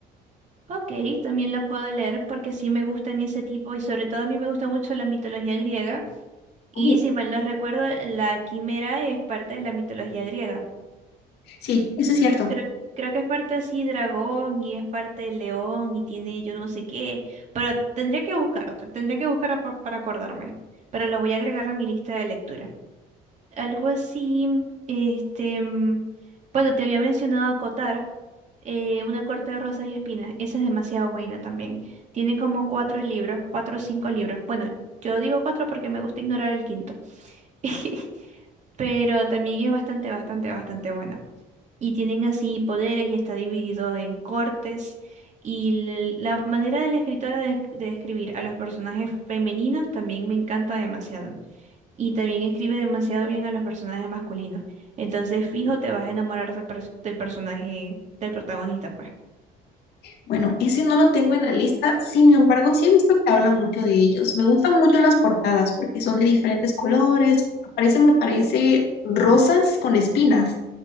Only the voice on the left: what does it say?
Uh,
sí, eso es cierto.
Bueno, ese no lo tengo en la lista, sin embargo, sí he visto que hablan mucho de ellos. Me gustan mucho las portadas porque son de diferentes colores. Aparece, me parece, rosas con espinas.